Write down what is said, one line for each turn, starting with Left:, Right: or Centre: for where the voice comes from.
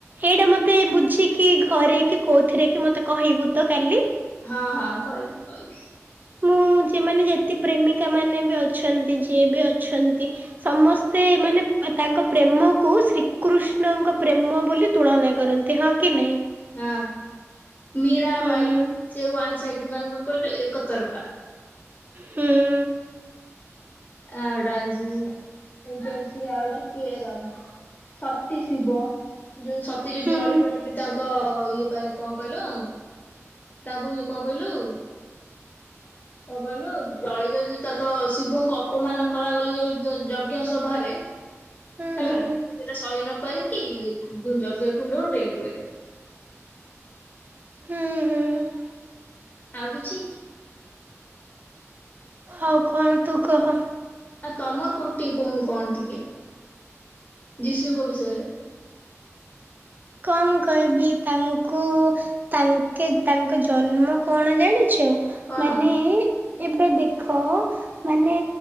Right: ଏଇଟା ମତେ ବୁଝିକି ଘରେ କି କୋଉଥିରେ କି ମତେ କହିବୁ ତ କାଲି।
Left: ହଁ ହଁ କହିବିି କହିବିି।
Right: ମୁଁ ଯେ ମାନେ ଯେତେ ପ୍ରେମିକା ମାନେ ବି ଅଛନ୍ତି ଯିଏ ବି ଅଛନ୍ତି। ସମସ୍ତେ ମାନେ ତାଙ୍କ ପ୍ରେମକୁ ଶ୍ରୀକୃଷ୍ଣଙ୍କ ପ୍ରେମ ବୋଲି ତୁଳନା କରନ୍ତି ହଁ କି ନାଇଁ।
Left: ହଁ ମୀରା
Right: ହୁଁ
Left: ବାଇ ସେ ୱାନ ସାଇଡ ମାନ କହିଲୁ ଏକ ତରଫା।
Right: ହୁଁ।
Left: ଆଉଡା ଆଜି ଏମତି ଅଛି ଆଉଡା କିଏରମ୍। ସତୀ ଶିବ, ଯୋଉ ସତୀ ଯୋଉ
Right: ହୁଁ
Left: ଜଳିଗଲେ ଯୋଉ ତାଙ୍କ ଙ୍କ ଇଏ ପାଇଁ କଣ କହିଲ ତାଙ୍କୁ ଇଏ କଣ କହିଲୁ। କଣ କହିଲୁ ଜଳିଗଲେ ଯଉ ତାଙ୍କ ଶିବଙ୍କୁ ଅ ଅପମାନ କରାଗଲେ ଯୋ ଯୋଉ ଯଜ୍ଞ ସଭାରେ
Right: ହୁଁ
Left: ହେଲା।
Right: ହୁଁ
Left: ସେଟା ସହି ନ ପାରିକି ଉ ଯଜ୍ଞ କୁଣ୍ଡକୁ ଡେଇଁ ପଇଲେ।
Right: ହୁଁ ହୁଁ।
Left: ଆଉ କିଛି?
Right: ଆଉ କଣ ତୁ କହ।
Left: ଆ ତମର କୋଉ ଟିକେ କହୁନୁ କଣ ଟିକେ ଯୀଶୁଙ୍କ ବିଷୟରେ?
Right: କଣ କହିବି ତାଙ୍କୁ ତାଙ୍କେ ତାଙ୍କ ଜନ୍ମ କଣ ଜାଣିଛ
Left: କଣ
Right: ମାନେ ଏବେ ଦେଖ। ମାନେ